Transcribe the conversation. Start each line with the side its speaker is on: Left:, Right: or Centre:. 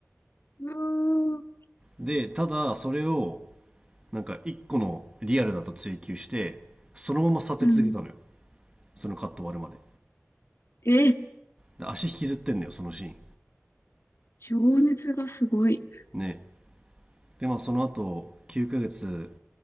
Left: うーん。
Right: でただそれをなんか一個のリアルだと追求してそのまま撮影続けたのよ
Left: うん
Right: そのカット終わるまで
Left: え、
Right: で足引きずってんのよそのシーン
Left: 情熱がすごい。
Right: ねでまあその後9ヶ月